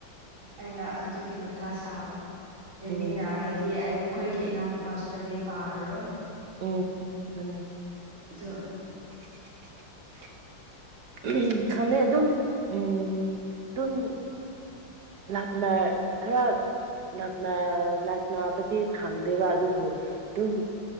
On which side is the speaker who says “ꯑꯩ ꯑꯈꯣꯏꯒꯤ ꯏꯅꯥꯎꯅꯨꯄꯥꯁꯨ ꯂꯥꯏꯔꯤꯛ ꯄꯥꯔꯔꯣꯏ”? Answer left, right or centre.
Right